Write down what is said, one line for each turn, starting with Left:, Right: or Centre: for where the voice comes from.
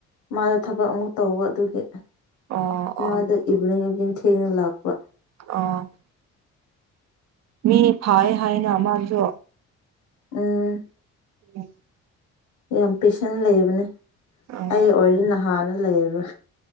Left: ꯃꯥꯗ ꯊꯕꯛ ꯑꯃꯨꯛ ꯇꯧꯕ ꯑꯗꯨꯒꯤ
Right: ꯑꯣ
Left: ꯃꯥꯗ
Right: ꯑꯣ
Left: ꯏꯚꯤꯅꯤꯡ ꯏꯚꯤꯅꯤꯡ ꯊꯦꯡꯅ ꯂꯥꯛꯄ
Right: ꯑꯣ ꯃꯤ ꯐꯥꯏ ꯍꯥꯏꯅ ꯃꯥꯁꯨ
Left: ꯎꯝ
Right: ꯎ
Left: ꯌꯥꯝ ꯄꯦꯁꯦꯟ ꯂꯩꯕꯅꯦ
Right: ꯑꯣ
Left: ꯑꯩ ꯑꯣꯏꯗꯤ ꯅꯍꯥꯟꯅ ꯂꯩꯔ